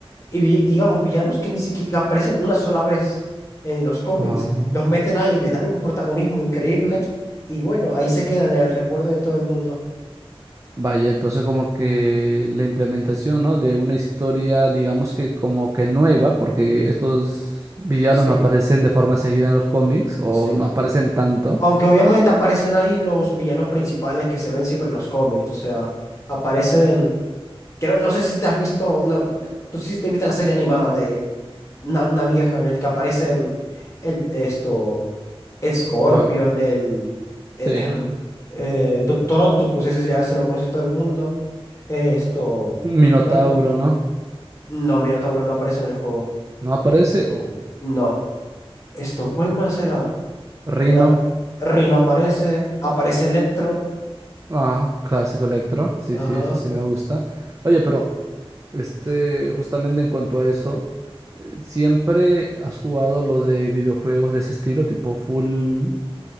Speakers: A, on the left; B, on the right.
A: y vi- digamos villanos que ni siquiera aparecen una sola vez en los cómics.
B: Ah,
A: Los meten ahí, les dan un protagonismo increíble y bueno, ahí se quedan en el recuerdo de todo el mundo.
B: Vaya, entonces como que la implementación, ¿no? De una historia, digamos que como que nueva, porque estos villanos
A: Sí,
B: no aparecen de forma seguida en los cómics o
A: sí.
B: no aparecen tanto.
A: Aunque obviamente aparecen ahí los villanos principales que se ven siempre en los cómics, o sea, aparecen Creo, no sé si te has visto, no, no sé si te viste la serie animada de una, una vieja en el que aparecen el, esto, Scorpion,
B: ¿Cuál?
A: el eh,
B: Sí.
A: ejem, eh, Doctor Octopus, ese ya se lo conoce todo el mundo. Esto,
B: Minotauro,
A: ¿cuál?
B: ¿no?
A: No, Minotauro no aparece en el juego.
B: ¿No aparece? o
A: No. Esto, ¿cuál más era?
B: Rino.
A: Era, Rino aparece, aparece Electro.
B: Ah, clásico Electro. Sí,
A: Ajá.
B: sí, eso sí me gusta. Oye, pero este, justamente en cuanto a eso, eh, ¿siempre has jugado lo de videojuegos de ese estilo, tipo full?